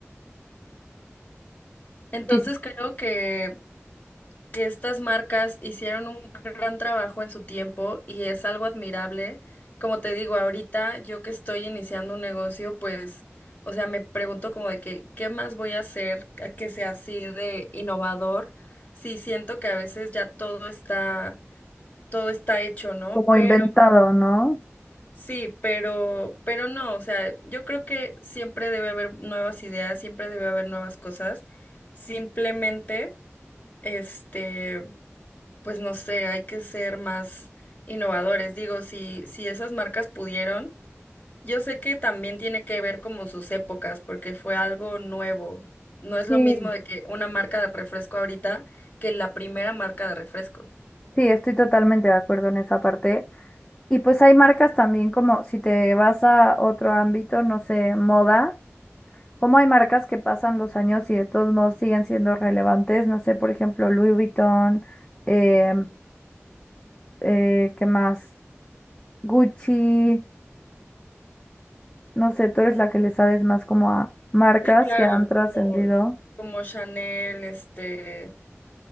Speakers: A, on the left; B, on the left.
A: Entonces
B: Sí, sí,
A: creo que que estas marcas hicieron un gran trabajo en su tiempo y es algo admirable. Como te digo, ahorita yo que estoy iniciando un negocio, pues, o sea, me pregunto como de que, ¿qué más voy a hacer a que sea así de innovador? Sí, siento que a veces ya todo está, todo está hecho, ¿no?
B: como
A: Pero
B: inventado, ¿no?
A: sí, pero, pero no, o sea, yo creo que siempre debe haber nuevas ideas, siempre debe haber nuevas cosas. Simplemente, este pues no sé, hay que ser más innovadores. Digo, si, si esas marcas pudieron, yo sé que también tiene que ver como sus épocas, porque fue algo nuevo. No es
B: Sí,
A: lo mismo de que una marca de refresco ahorita que la primera marca de refresco.
B: sí, estoy totalmente de acuerdo en esa parte. Y pues hay marcas también como, si te vas a otro ámbito, no sé, moda. Como hay marcas que pasan los años y de todos modos siguen siendo relevantes, no sé, por ejemplo, Louis Vuitton, eh, eh, ¿qué más? Gucci, no sé, tú eres la que le sabes más como a marcas
A: Sí, claro,
B: que han trascendido.
A: como, como Chanel, este,